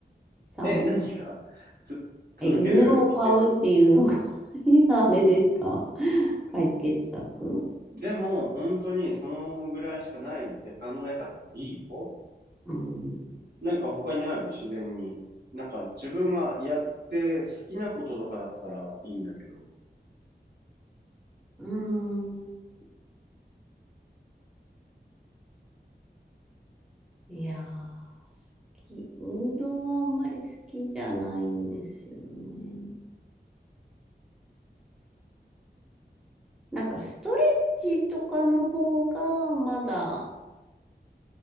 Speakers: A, in the centre; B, on the right (about 60°).
A: 散
B: え、何がつ、続ける秘訣
A: え、犬を飼うっていうのが <laughs> あれですか解決策
B: でも本当にそのぐらいしかないって考えた方がいいよ。
A: うーん。
B: なんか他にある自然に。なんか自分がやって好きなこととかだったらいいんだけど、
A: うーん。いやー、好き。運動はあんまり好きじゃないんですよね。なんかストレッチとかの方がまだ